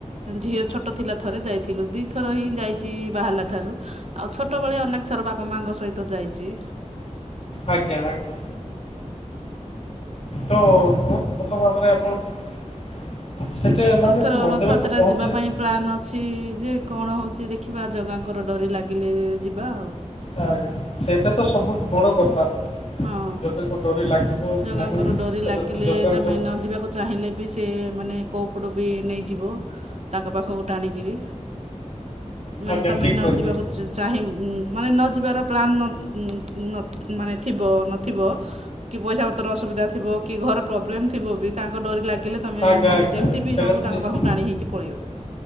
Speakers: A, on the right (about 60°); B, on the left (about 55°).
A: ଝିଅ ଛୋଟ ଥିଲା ଥରେ ଯାଇଥିଲୁ ଦି ଥର ହିଁ ଯାଇ ଚି ବାହାରିଲା ଠାରୁ ଆଉ ଛୋଟବେଳେ ଅନେକ ଥର ବାପା ମାଆଙ୍କ ସହିତ ଯାଇଛି।
B: ଆଜ୍ଞା ଆଜ୍ଞା ତ ବହୁତ ଭଲ ଭାବରେ ଆପଣଙ୍କୁ ସେଠେ ମାନେ
A: ଏଥର
B: ସେ ମନ୍ଦିରକୁ
A: ରଥଯାତ୍ରା
B: ପହଞ୍ଚିଲେ
A: ଯିବା ପାଇଁ ପ୍ଲାନ୍ ଅଛି ଯେ କଣ ହୋଉଚି ଦେଖିବା ଜଗାଙ୍କର ଡରି ଲାଗିଲେ ଯିବା ଆଉ
B: ଆଜ୍ଞା ସେଇଟା ତ ସବୁଠୁ ବଡ କଥା।
A: ହଁ
B: ଜାଗା ଙ୍କ ଡୋରି ଲାଗିବ
A: ଜଗାଙ୍କର
B: କି ନାହିଁ
A: ଡୋରି
B: ସେଟ
A: ଲାଗିଲେ
B: ତ ଜାଗା
A: ତମେ
B: ଙ୍କ ଉପ
A: ନ ଯିବାକୁ ଚାହିଁଲେ ବି ସେ ମାନେ କଉପଟ ବି ନେଇଯିବ ତାଙ୍କ ପାଖକୁ ଟାଣିକିରି। ମାନେ
B: ଆଜ୍ଞା
A: ତମେ
B: ଠିକ୍
A: ନ
B: କହିଲେ
A: ଯିବାକୁ ଚାହିଁ ମାନେ ନ ଯିବାର ପ୍ଲାନ୍ ନ ମାନେ ଥିବ ନଥିବ କି ପଇସା ପତ୍ର ଅସୁବିଧାଥିବ କି ଘରେ ପ୍ରୋବ୍ଲେମ୍ ଥିବ ବି ତାଙ୍କ ଡରି ଲାଗିଲେ ତମେ
B: ଆଜ୍ଞା
A: ମାନେ
B: ଆଜ୍ଞା
A: ଯେମିତି ବି
B: ସେଇଟା
A: ହେଉ
B: ତ
A: ତାଙ୍କ
B: ନିଶ୍ଚିତ
A: ପାଖକୁ ଟାଣି ହେଇକି ପଳେଇବ।